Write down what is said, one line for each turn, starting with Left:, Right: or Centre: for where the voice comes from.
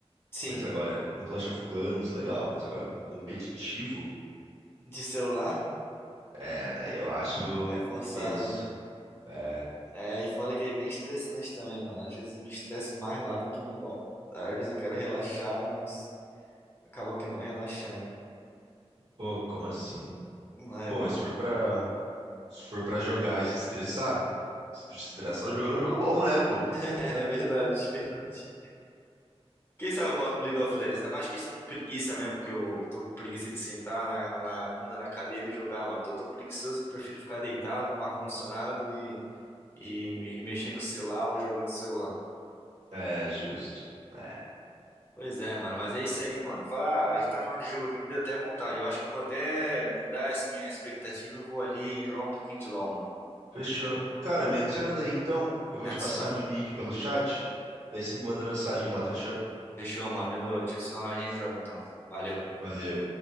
Left: Sim.
Right: Mas agora um Clash of Clans legal, mas agora um competitivo,
Left: De celular?
Right: é, daí eu acho
Left: É forçada,
Right: tenso.
Left: né?
Right: É,
Left: É, e fora que é bem estressante também, mano. Às vezes eu me estresso mais lá do que no LoL. Tá? Às vezes eu quero relaxar, mas. Acaba que não relaxando.
Right: pô, como assim?
Left: Não é,
Right: Pô,
Left: mano.
Right: mas se for pra, se for pra jogar e se estressar, se estressar jogando é um jogo bom, né, pô?
Left: <laughs> É verdade, verdade. Quem sabe eu volto pro League of Legends. É mais questão de preguiça mesmo, porque eu tô com preguiça de sentar na, na bunda na cadeira e jogar, mano. Tô tão preguiçoso que eu prefiro ficar deitado no ar-condicionado e, e, e mexer no celular ou jogando no celular.
Right: É, justo. É,
Left: Pois é, mano. Mas é isso aí, mano. Falar, a gente tá falando de jogo aqui, me deu até vontade. Eu acho que eu vou até mudar essa minha expectativa. Eu vou ali jogar um pouquinho de LoL, mano.
Right: fechou. Cara, me adiciona daí então. Eu vou
Left: Adiciona.
Right: te passar meu nick pelo chat. Daí você me manda mensagem lá, fechou?
Left: Fechou, mano. Demorou. Te adicionar, a gente joga então. Valeu.
Right: Valeu.